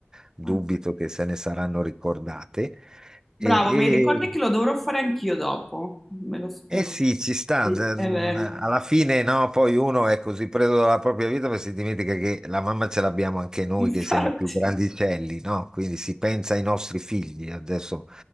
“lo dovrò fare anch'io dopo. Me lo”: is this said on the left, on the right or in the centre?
Centre